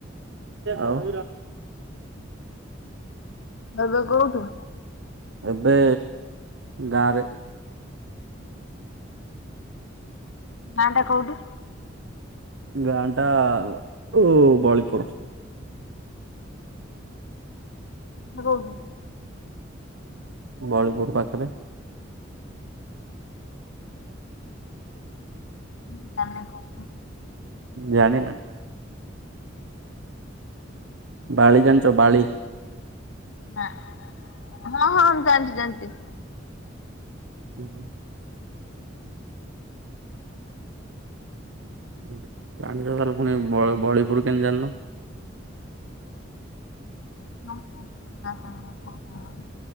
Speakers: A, on the right (about 70°); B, on the left (about 75°).
A: ଆଉ
B: ଭାବେ କୋଉଠୁ
A: ଏବେ ଗାଁରେ
B: ହୁଁ ନାଆ ଟା କଉଠୁ?
A: ଗାଁ ଟା ଉ ବଳୀପୁରୁ।
B: <unintelligible>
A: ବଳିପୁର ପାଖରେ।
B: ଉଁ ତମେ କୁଅ
A: ଜାଣେନା। ଡାଳି ଜାଣିଚ ବାଳି
B: ଆଁ ହଁ ହଁ ଜାଣିଚ ଜାଣିଚି।
A: ଉଁ ହୁଁ। ଉଁ ଜଣିଚ ତାଲେ ଫୁଣି ବ ବଳିପୁର କେନ୍ତି ଜାନ?
B: ନାଁ କଣ ନାଁ କଣ କହ।